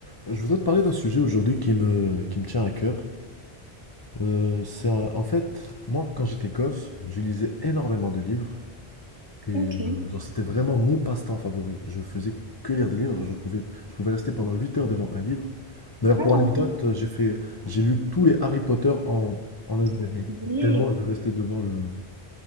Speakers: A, on the left; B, on the right.
A: Je voudrais te parler d'un sujet aujourd'hui qui me, qui me tient à cœur. Euh, c'est un- en fait, moi, quand j'étais gosse, je lisais énormément de livres et
B: Ok.
A: euh, genre, c'était vraiment mon passe-temps favori. Je faisais que lire des livres. Je pouvais, je pouvais rester pendant 8 heures devant un livre. D'ailleurs,
B: Ah,
A: pour anecdote,
B: ouais, comprends.
A: euh, j'ai fait, j'ai lu tous les Harry Potter en, en un jour et demi.
B: Mais-
A: Tellement je restais devant le.